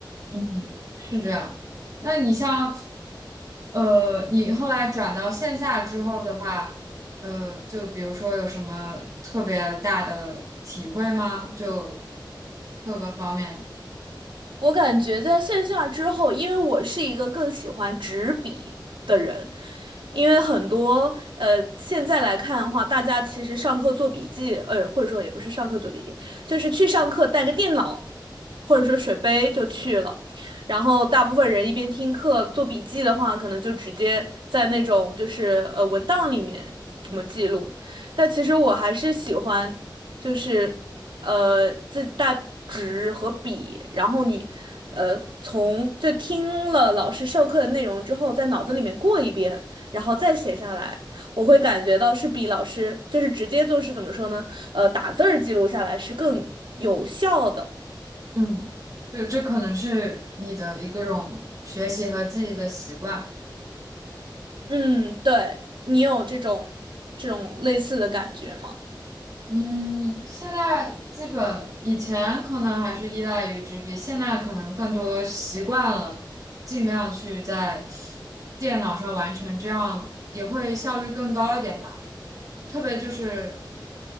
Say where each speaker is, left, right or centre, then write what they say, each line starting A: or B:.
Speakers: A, on the right; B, on the right.
A: 嗯，是这样。那你像，呃，你后来转到线下之后的话，呃，就比如说有什么特别大的体会吗？就各个方面，
B: 我感觉在线下之后，因为我是一个更喜欢纸笔的人，因为很多呃，现在来看的话，大家其实上课做笔记，呃，或者说也不是上课做笔记，就是去上课带个电脑或者说水杯就去了，然后大部分人一边听课做笔记的话，可能就直接在那种就是呃文档里面怎么记录，但其实我还是喜欢就是。呃自带纸和笔，然后你呃从就听了老师授课的内容之后，在脑子里面过一遍，然后再写下来，我会感觉到是比老师就是直接就是怎么说呢？呃，打字儿记录下来是更有效的。
A: 嗯，就这可能是你的一个种学习和记忆的习惯。
B: 嗯，对，你有这种这种类似的感觉吗？
A: 嗯，现在基本以前可能还是依赖于纸笔，现在可能更多习惯了，尽量去在电脑上完成，这样也会效率更高一点吧。特别就是